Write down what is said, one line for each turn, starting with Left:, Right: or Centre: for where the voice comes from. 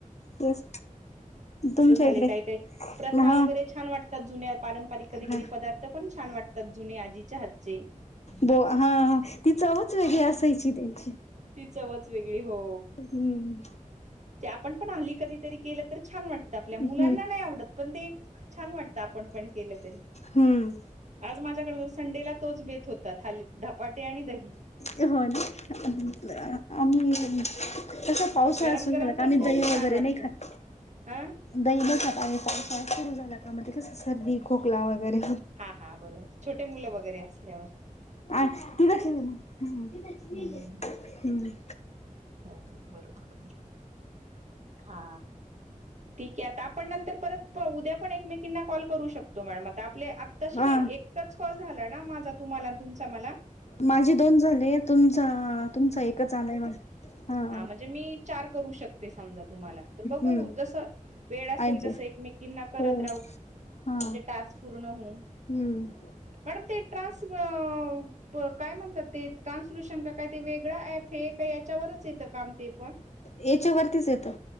Left: तेच
Right: असं
Left: तुमच्या
Right: झालय
Left: इकडे
Right: काय -काय, प्रथा
Left: हा
Right: वगैरे छान वाटतात जुन्या पारंपरिक कधी
Left: हा
Right: कधी पदार्थ पण छान वाटतात. जुने आजीच्या हातचे.
Left: बो हा ती चवच वेगळी असायची त्यांची.
Right: ती चवच वेगळी हो,
Left: हम्म
Right: ते आपण पण आनली कधीतरी केलं तर छान वाटतं, आपल्या मुलांना
Left: हम्म
Right: नाही आवडत पण ते छान वाटत आपण पण केलं तरी.
Left: हम्म
Right: आज माझ्याकडे तर संडेला तोच बेत होता, था धपाटे आणि दही.
Left: न आम्ही <unintelligible> तस पावसाळा
Right: गरम
Left: सुरू
Right: गरम
Left: झाला का,
Right: तर
Left: आम्ही
Right: खूप
Left: दही वगैरे
Right: छान वाटतं
Left: नाही खात.
Right: अ
Left: दही नहीं खात आम्ही पावसाळा सूरू झाला का मग कस ते सर्दी, खोकला वगैरे
Right: हा हा बरोबर, छोटे मुलं वगैरे असल्यावर
Left: अ त लशी दिलं <unintelligible>
Right: हम्म.
Left: हम्म.
Right: हो बरोबर, हा. ठीक आहे, आता आपण नंतर परत उद्या पण एकमेकींना कॉल करू शकतो. हो मॅडम आता आपले, आत्ताशी
Left: हा
Right: काही एकच कॉल झाला ना माझा तुम्हाला तुमचा मला?
Left: माझी दोन झाले, तुमचा आ तुमचा एकच आलंय मला.
Right: हा म्हणजे मी चार करू शक ते समजा तुम्हाला, तर बघू
Left: हम्म
Right: जस वेळ असेल
Left: आजे
Right: तसं एकमेकींना करत
Left: हो
Right: राहू
Left: हा
Right: म्हणजे टास्क पूर्ण होऊन.
Left: हम्म.
Right: मॅडम ते ट्रान्स्क्रब काय म्हणतात ते? ट्रान्सल्युशन का काय ते वेग ळ ऍप आहे का याच्यावर च येत काम ते पण,
Left: याच्यावरतीच येतं